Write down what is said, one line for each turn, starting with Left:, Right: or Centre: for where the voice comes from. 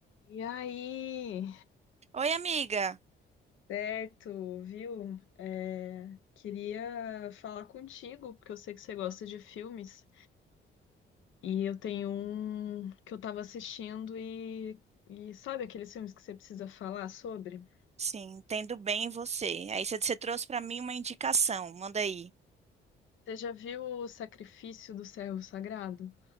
Left: E aí?
Right: Oi, amiga.
Left: Certo, viu? É, queria falar contigo, porque eu sei que você gosta de filmes. E eu tenho um que eu tava assistindo e, e sabe aqueles filmes que você precisa falar sobre?
Right: Sim, entendo bem você. Aí você você trouxe pra mim uma indicação, manda aí.
Left: Você já viu O Sacrifício do Servo Sagrado?